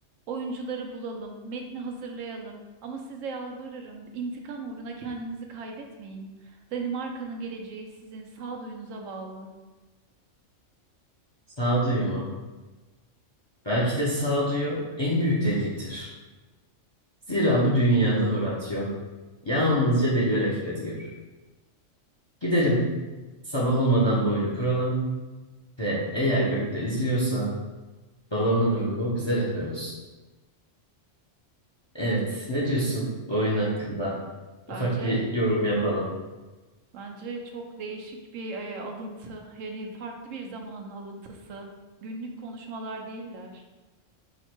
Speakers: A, on the right (about 85°); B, on the left (about 30°).
A: Oyuncuları bulalım, metni hazırlayalım ama size yalvarırım, intikam uğruna kendinizi kaybetmeyin. Danimarka'nın geleceği sizin sağduyunuza bağlı.
B: Sağduyu mu? Belki de sağduyu en büyük deliliktir. Zira bu dünyada Horatio yalnızca deliler hakikati görür. Gidelim. Sabah olmadan bu oyunu kuralım ve eğer gökler izliyorsa babamın ruhu bize rehber olsun. Evet, ne diyorsun bu oyun
A: B-
B: hakkında?
A: Bence
B: Ufak bir yorum yapalım.
A: bence çok değişik bir e, alıntı. Yani farklı bir zamanın alıntısı. Günlük konuşmalar değiller.